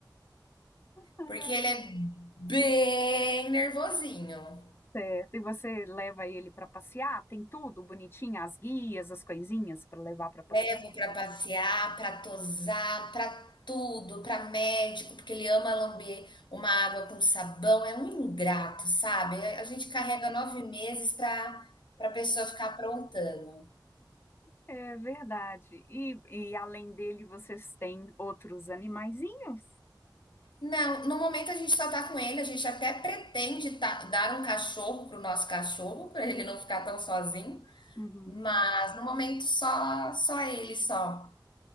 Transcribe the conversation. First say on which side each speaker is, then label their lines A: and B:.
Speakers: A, on the left; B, on the left.
A: ah,
B: porque ele é bem nervosinho.
A: certo. E você leva ele para passear? Tem tudo bonitinho, as guias, as coisinhas para levar para passear?
B: Levo pra passear, pra tosar, pra tudo, pra médico, porque ele ama lamber uma água com sabão. É um ingrato, sabe? A gente carrega 9 meses pra pra pessoa ficar aprontando.
A: É verdade. E, e além dele, vocês têm outros animaizinhos?
B: Não, no momento a gente só tá com ele, a gente até pretende ta- dar um cachorro pro nosso cachorro, pra ele não ficar tão sozinho.
A: Uhum.
B: Mas no momento só só ele só.